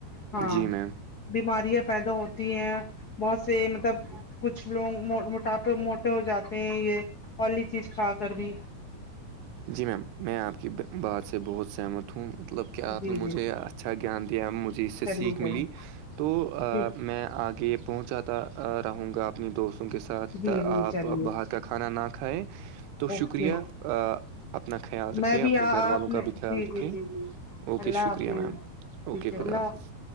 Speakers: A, on the left; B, on the right.
A: ہاں
B: جی میم
A: بیماریاں پیدا ہوتی ہیں بہت سے مطلب کچھ لوگ موٹاپے موٹے ہو جاتے ہیں یہ ائلی چیز کھا کر بھی
B: جی میم میں آپ کی بات سے بہت سہمت ہوں مطلب کہ آپ
A: جی
B: نے مجھے
A: جی
B: اچھا گیان دیا مجھے اس سے
A: چلیے
B: سیکھ
A: چلیے
B: ملی تو
A: ٹھیک
B: میں یہ آگے پہنچاتا رہوں گا اپنی دوستوں کے ساتھ
A: جی جی
B: آپ
A: چلیے
B: باہر کا کھانا نہ کھائیں تو
A: اوکے
B: شکریہ آ، اپنا خیال رکھے
A: میں بھی
B: اپنے
A: آپ
B: گھر والوں
A: نے
B: کا بھی خیال
A: جی
B: رکھے
A: جی جی جی
B: اوکے
A: اللہ
B: شکریہ
A: حافظ
B: میم اوکے
A: ٹھیک ہے
B: خدا
A: اللہ
B: حافظ